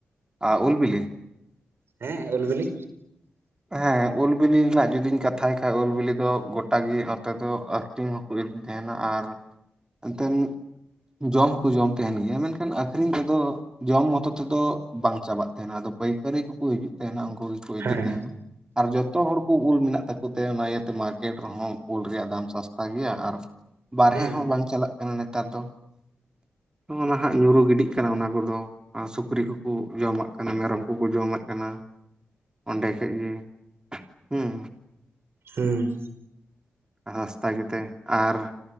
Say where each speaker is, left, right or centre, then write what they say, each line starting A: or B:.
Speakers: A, on the right; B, on the right.
A: ᱟ ᱩᱞ ᱵᱤᱞᱤ᱾
B: ᱦᱮᱸ ᱩᱞ ᱵᱤᱞᱤ᱾
A: ᱦᱮᱸ ᱩᱞ ᱵᱤᱞᱤ ᱨᱮᱱᱟᱜ ᱡᱩᱫᱤᱧ ᱠᱟᱛᱷᱟᱭ ᱠᱷᱟᱡ ᱩᱞ ᱵᱤᱞᱤ ᱫᱚ ᱜᱚᱴᱟ ᱜᱮ ᱱᱚᱛᱮ ᱫᱚ ᱟᱠᱷᱨᱤᱧ ᱦᱚ ᱠᱩ ᱤᱫᱤ ᱛᱟᱦᱮᱱᱟ, ᱟᱨ ᱚᱱᱛᱮᱱ ᱡᱚᱢ ᱦᱚᱸᱠᱚ ᱡᱚᱢ ᱛᱟᱦᱮᱱ ᱜᱮᱭᱟ ᱢᱮᱱᱠᱷᱟᱱ ᱟᱠᱷᱨᱤᱧ ᱛᱮᱫᱚ ᱡᱚᱢ ᱢᱚᱛᱚ ᱛᱮᱫᱚ ᱵᱟᱝ ᱪᱟᱵᱟᱜ ᱛᱟᱦᱮᱱᱟ ᱟᱫᱚ ᱯᱟᱹᱭᱠᱟᱹᱨᱤ ᱠᱩᱠᱩ ᱦᱤᱡᱩᱜ ᱛᱟᱦᱮᱱᱟ ᱩᱱᱠᱩ ᱜᱮᱠᱚ ᱤᱫᱤ
B: ᱦᱮᱸ
A: ᱛᱟᱦᱮᱱᱚᱜ᱾ ᱟᱨ ᱡᱚᱛᱚ ᱦᱚᱲ ᱠᱩ ᱩᱞ ᱢᱮᱱᱟᱜ ᱛᱟᱠᱚ ᱛᱮ ᱚᱱᱟ ᱤᱭᱟᱹ ᱛᱮ ᱢᱟᱨᱠᱮᱴ ᱨᱮᱦᱚᱸ ᱩᱞ ᱨᱮᱭᱟᱜ ᱫᱟᱢ ᱥᱟᱥᱛᱟ ᱜᱮᱭᱟ, ᱟᱨ ᱵᱟᱨᱦᱮᱸ
B: ᱦᱩᱸ
A: ᱦᱚᱸ ᱵᱟᱝ ᱪᱟᱞᱟᱜ ᱠᱟᱱᱟ ᱱᱮᱛᱟᱨ ᱫᱚ ᱱᱟᱦᱟᱜ ᱧᱩᱨᱩ ᱜᱤᱰᱤᱜ ᱠᱟᱱᱟ ᱚᱱᱟ ᱠᱚᱫᱚ᱾ ᱟᱸ ᱥᱩᱠᱨᱤ ᱠᱩᱠᱩ ᱡᱚᱢᱟᱜ ᱠᱟᱱᱟ ᱢᱮᱨᱚᱢ ᱠᱩᱠᱩ ᱡᱚᱢᱟᱜ ᱠᱟᱱᱟ ᱚᱸᱰᱮ᱾ ᱴᱮᱜ ᱜᱮ ᱦᱩᱸ᱾
B: ᱦᱩᱸ᱾
A: ᱦᱟᱸᱥᱛᱟ ᱜᱮᱛᱮ, ᱟᱨ